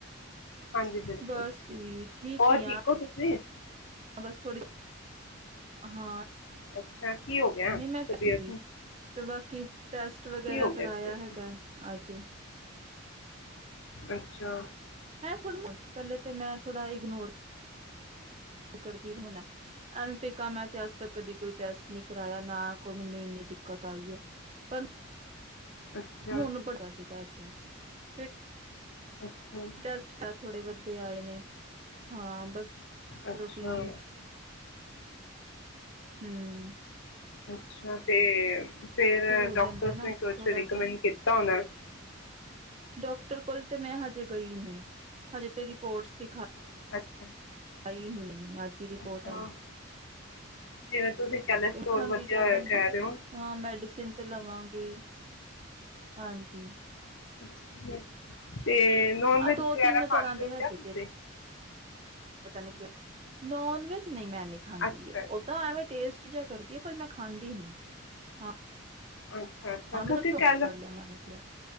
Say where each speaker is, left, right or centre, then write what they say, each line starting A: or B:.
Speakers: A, on the left; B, on the right.
A: ਹਾਂਜੀ ਬਿਲਕੁਲ
B: ਬਸ ਜੀ, ਠੀਕ
A: ਹੋਰ
B: ਈ ਆਂ।
A: <inaudible>
B: ਬਸ ਥੋੜੀ- ਹਾਂ।
A: <inaudible> ਗਿਆ
B: ਹਾਂ ਨਹੀ ਮੈਂ ਘਰੇ
A: ਤਬੀਅਤ
B: ਸੀ,
A: ਨੂੰ
B: ਤੇ ਬਾਕੀ ਟੈਸਟ ਵਗੈਰਾ
A: ਕੀ ਹੋ ਗਿਆ
B: ਕਰਾਇਆ
A: ਤਬੀਅਤ
B: ਹੈਗਾ ਅੱਜ।
A: ਅੱਛਾ।
B: ਏ ਥੋੜ੍ਹੀ ਨਾ -ਪਹਿਲੇ ਤੇ ਮੈਂ ਥੋੜ੍ਹਾ ਇਗਨੋਰ- ਖਰੇ ਕਿ ਹੋਣਾ ਐਵੇ ਪਈ ਕਵਾਂ ਮੈਂ ਤੇ ਅੱਜ ਤੱਕ ਕਦੀ ਕੋਈ ਟੈਸਟ ਨੀ ਕਰਾਇਆ। ਨਾ ਕੋਈ ਮੈਨੂੰ ਇੰਨੀ ਦਿੱਕਤ ਆਈ ਹੈ। ਪਰ
A: ਅੱਛਾ
B: ਹੁਣ ਬੜਾ ਸੀਗਾ ਏਦਾਂ। <inaudible>
A: ਅੱਛਾ
B: ਟੈਸਟ ਆ ਥੋੜੇ ਬੋਹਤ ਤੇ ਆਏ ਨੇ। ਹਾਂ ਬਸ,
A: ਅੱਛਾ
B: ਪ੍ਰੋਟੀਨ- ਹੂੰਅ
A: ਅੱਛਾ-ਤੇ ਫੇਰ
B: ਠੀਕ ਹੋ
A: ਡਾਕਟਰਸ
B: ਜਾਂਦਾ ਨਾ
A: ਨੇ ਕੁਛ
B: ਥੋੜਾ
A: ਰਿਕਮੈਂਡ
B: ਜਿਹਾ
A: ਕੀਤ- <unintelligible>
B: ਡਾਕਟਰ ਕੋਲ ਤੇ ਮੈਂ ਹਜੇ ਗਈ ਨੀ। ਹਜੇ ਤੇ ਰਿਪੋਰਟਸ ਦਿਖਾ-
A: <inaudible>
B: ਆਈ ਹੀ ਨੀ, ਅੱਜ ਹੀ ਰਿਪੋਰਟ
A: ਅੱਛਾ
B: ਆਈ।
A: <inaudible> ਕੈਲਸਟ੍ਰੋਲ
B: ਦੇਖਾਂਗੀ
A: ਵਧਿਆ
B: ਜਾਵਾਂਗੀ
A: ਹੋਇਆ ਕਹਿ ਰਹੇ ਹੋ
B: ਹਾਂ ਮੈਡੀਸਿਨ ਤੇ ਲਵਾਂਗੀ ਹਾਂਜੀ
A: ਹੂ ਤੇ ਨੋਨ
B: ਆਹ
A: ਵੈਜ
B: ਦੋ
A: ਵਗੈਰਾ
B: ਤਿੰਨ
A: ਖਾਂਦੇ
B: ਤਰ੍ਹਾਂ ਦੇ
A: ਹੋ ਕਯਾ
B: ਹੈਗੇ
A: ਤੁਸੀਂ
B: ਜੇ ਪਤਾ ਨੀ ਕਿ ਨੋਨ ਵੈਜ ਨਹੀਂ ਮੈ ਨੀ ਖਾਂਦੀ
A: ਅੱਛਾ
B: ਓਦਾਂ ਐਵੇਂ ਟੇਸਟ ਜਿ ਕਰਦੀ ਆ ਪਰ ਮੈਂ ਖਾਂਦੀ ਨੀ ਹਾਂ
A: ਅੱਛਾ ਅੱਛਾ
B: ਹਾਂ ਮਤਲਬ
A: ਕਿਉਂਕਿ
B: ਟੇਸਟ
A: ਕੈਲ
B: ਕਰ ਲਿਆ ਮਾੜਾ ਜਿਹਾ